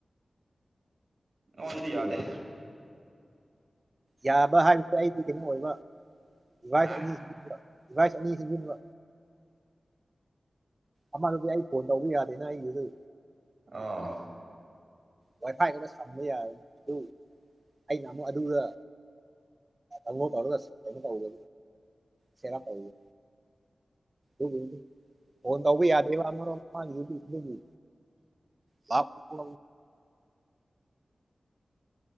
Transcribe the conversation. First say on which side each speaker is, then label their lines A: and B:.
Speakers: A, on the right (about 60°); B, on the right (about 35°).
A: ꯉꯣꯟꯗꯤ ꯌꯥꯗꯦ
B: ꯌꯥꯕ ꯍꯥꯏꯖ ꯑꯩꯗꯤ ꯀꯩꯅꯣ ꯑꯣꯏꯕ ꯗꯤꯚꯥꯏꯁ
A: ꯍꯥ
B: ꯑꯅꯤ ꯁꯤꯖꯤꯟꯕ ꯗꯤꯚꯥꯏꯁ ꯑꯅꯤ ꯁꯤꯖꯤꯟꯕ ꯑꯃꯗꯨꯗꯤ ꯑꯩ ꯐꯣꯟ ꯇꯧꯕ ꯌꯥꯗꯦꯅ ꯑꯩꯒꯤꯗꯤ
A: ꯑꯣ
B: ꯋꯥꯏꯐꯥꯏ ꯈꯔ ꯁꯝꯕ ꯌꯥꯔ ꯗꯤ ꯑꯩꯅ ꯑꯃꯨꯛ ꯑꯗꯨꯗ ꯪꯉ ꯇꯧꯔꯗ ꯀ ꯇꯧꯗ ꯁꯔ ꯄꯒ ꯑꯗꯨꯒꯤ ꯐꯣꯟ ꯇꯧꯕ ꯌꯥꯗꯦꯕ ꯑꯃꯔꯣꯝ ꯃꯥꯒꯤꯗꯨꯗꯤ ꯑꯗꯨꯒꯤ ꯆꯥꯄ ꯀ